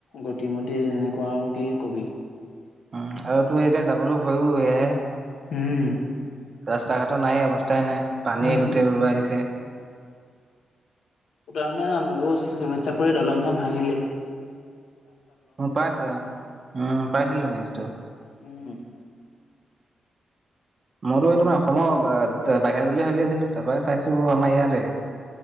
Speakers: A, on the left; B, on the right.
A: গতিমতি এনেকুৱাও কি কবি?
B: উ আৰু তো এতিয়া যাবলৈ ভয়ো এহে।
A: উম।
B: ৰাস্তা ঘাটৰ নায়েই অৱস্থাই নাই পানীয়ে
A: উম
B: গোটেই উৰুৱাই দিছে।
A: খুঁটা মানে <unintelligible> চিমেন চাপৰিৰ দলংখন ভাঙিলে।
B: উ পাইছে উম পাইছিলো নিউজটো।
A: উম।
B: মোৰো এই তোমাৰ অসমৰ বাহিৰৰ বুলি ভাবি আছিলো তাৰপৰা চাইছো আমাৰ ইয়াৰে।